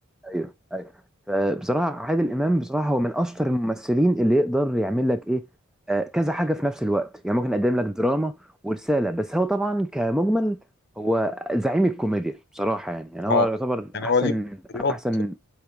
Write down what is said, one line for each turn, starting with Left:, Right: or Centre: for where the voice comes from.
Centre: ايوه ايوه فبصراحه عادل امام بصراحه هو من اشطر الممثلين اللي يقدر يعمل لك ايه آه كذا حاجه في نفس الوقت يعني ممكن يقدم لك دراما ورساله بس هو طبعا كمجمل هو زعيم الكوميديا بصراحه يعني يعني هو
Left: اه
Centre: يعتبر
Left: يعني
Centre: احسن
Left: هو ليه مسرحيات
Centre: احسن